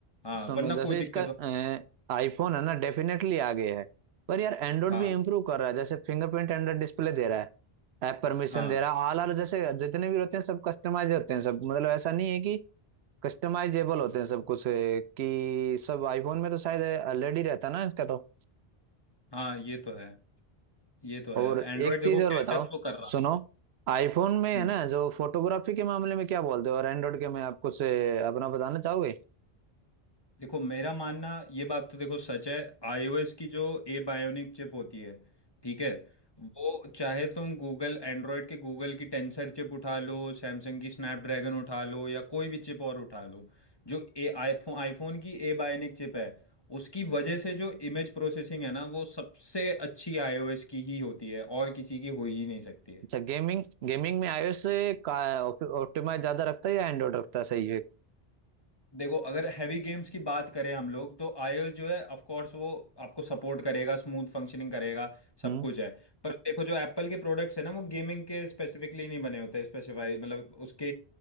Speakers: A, on the left; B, on the right.
A: हाँ
B: सुनो
A: वरना
B: जैसे
A: कोई दिक्कत
B: इसका
A: हो
B: आईफोन है ना डेफिनेटली आगे है पर यार एंड्रॉइड
A: हाँ
B: भी इम्प्रूव कर रहा है जैसे फिंगरप्रिंट एंड्रॉइड डिस्प्ले दे रहा है ऐप परमिशन
A: हाँ
B: दे रहा है ऑल आर जैसे जितने भी होते हैं सब कस्टमाइज होते हैं सब मतलब ऐसा नहीं है कि कस्टमाइजेबल होते हैं सब कुछ अ, कि सब आईफोन में तो शायद ऑलरेडी रहता है ना इसका तो
A: हाँ ये तो है ये तो है
B: और
A: एंड्रॉयड
B: एक
A: देखो
B: चीज
A: कैचअप
B: और बताओ
A: तो कर रहा
B: सुनो
A: है
B: आईफोन में
A: हम्म
B: है ना जो फोटोग्राफी के मामले में क्या बोलते हो और एंड्रॉइड के में आप कुछ अ, अपना बताना चाहोगे
A: देखो मेरा मानना ये बात तो देखो सच है आईओएस की जो ए बायोनिक चिप होती है ठीक है वो चाहे तुम गूगल एंड्रॉयड के गूगल की टेंसर चिप उठा लो सैमसंग की स्नैपड्रैगन उठा लो या कोई भी चिप और उठा लो जो ए आईफोन आईफोन की ए बायोनिक चिप है उसकी वजह से जो इमेज प्रोसेसिंग है ना वो सबसे अच्छी आईओएस की ही होती है और किसी की हो ही नहीं सकती है
B: अच्छा गेमिंग गेमिंग में iOS से का ऑप्टिमाइज ज्यादा रखता है या एंड्रॉइड रखता है सही है
A: देखो अगर हैवी गेम्स की बात करें हम लोग तो iOS जो है ऑफ कोर्स वो आपको सपोर्ट करेगा स्मूथ फंक्शनिंग करेगा सब
B: हम्म
A: कुछ है पर देखो जो एप्पल के प्रोडक्ट्स है ना वो गेमिंग के स्पेसिफिकली नहीं बने होते स्पेसिफाई मतलब उसके